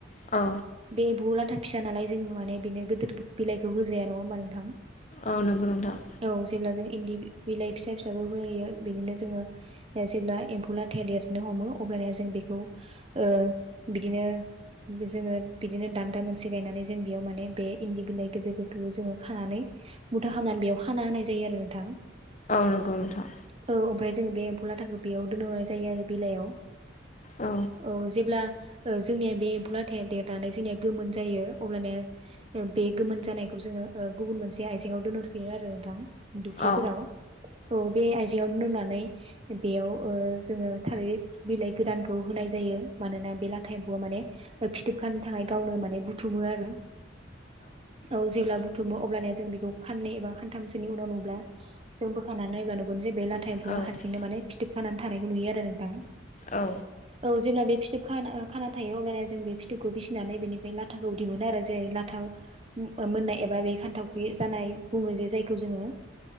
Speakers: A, on the left (about 40°); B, on the right (about 30°).
A: औ
B: बे एम्फौ लाथा फिसा नालाय जों माने बेनो गोदोर बिलाइखौ होजाया, नङा होमबा नोंथां?
A: औ नोंगौ नोंथां।
B: औ जेब्ला जों इन्दि बि-बिलाइ फिसा फिसाखौ होयो बिदिनो जोङो जेब्ला एम्फौ लाथाया देरनो हमो अब्ला जों बेखौ ओ बिदिनो जोङो बिदिनो दान्दा मोनसे गायनानै जों बेयाव माने बे इन्दि बिलाइ गोदोर गोदोरखौ जोङो खानानै मुथा खामनानै बेयाव खाना होनाय जायो आरो नोंथां। औ,
A: नंगौ नोंथां
B: ओमफाय जोङो बे एम्फौ लाथाखौ बेयाव दोननाय जायो आरो। बिलाइयाव।
A: औ
B: औ जेब्ला ओ जोंनिया बे एम्फौ लाथाया देरनानै जोंनिया गोमोन जायो अब्लानिया ओ बे गोमोन जानायखौ जोङो गुबुन मोनसे आइजेंआव दोनहरफिनो आरो नोंथां। दुफ्लिफोराव।
A: औ
B: औ बे आइजेंआव लुनानै बेयाव ओ जोङो थालिर बिलाइ गोरानखौ होनाय जायो। मानोना बे लाथा एम्फौया माने फिथोबखानो थाखाय गावनो माने बुथुमो आरो। औ जेला बु बुथुमो अब्लानिया जों बेखौ खाननै एबा खानथामसोनि उनाव नुब्ला जों बोखानानानै नायब्ला नुगोन जे बे लाथ था
A: औ
B: एम्फौया हारसिंनो माने फिथोब खानानै थानायखौ नुयो आरो नोंथां।
A: औ।
B: औ जेब्ला बे फिथोब खाना ओ खाना थायो अब्लाना जों बे फिथोबखौ बिसिनानै बेनिफ्राय लाथाखौ दिहुनो आरो जे लाथाव मो-मोननाय एबा बे खान्थावखि जानाय बुङो जे जायखौ जोङो